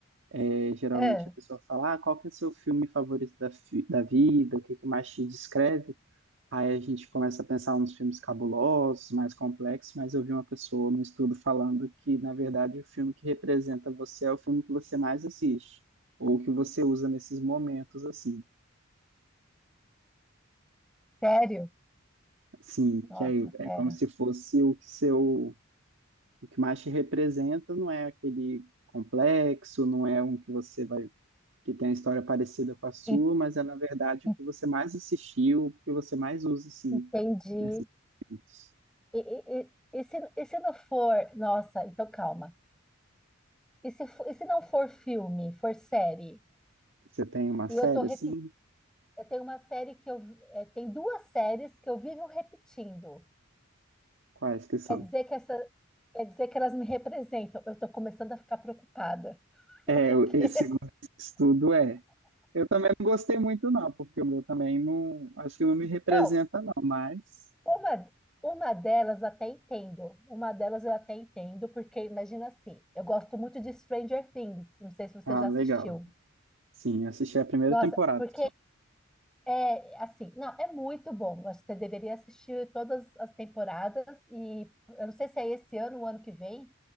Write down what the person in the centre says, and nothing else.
ah,
sério?
Nossa,
pera.
En-
en-
Entendi.
E, e, e, e se, e se não for, nossa, então calma. E se, fo- e se não for filme, for série?
E
eu tô repetindo.
Tem uma série que eu. vi- eh, Tem duas séries que eu vivo repetindo.
Quer dizer que essa. Quer dizer que elas me representam. Eu tô começando a ficar preocupada. <laughs>
Porque.
Não,
uma, uma delas até entendo. Uma delas eu até entendo, porque imagina assim, eu gosto muito de Stranger Things. Não sei se você
já
assistiu.
Nossa,
porque
É, assim, não, é muito bom. Acho que você deveria assistir todas as temporadas e eu não sei se é esse ano ou ano que vem.